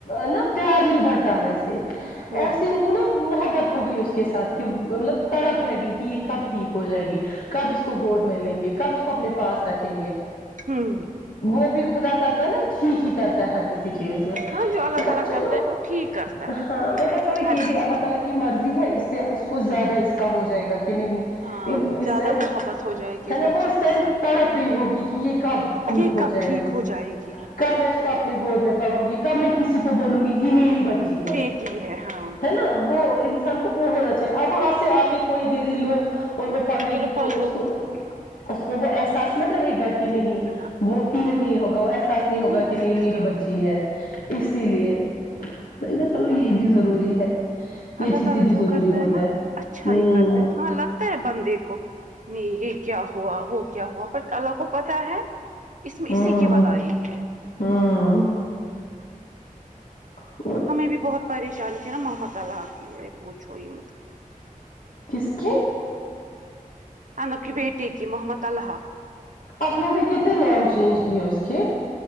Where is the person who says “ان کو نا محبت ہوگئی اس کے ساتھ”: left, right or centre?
Left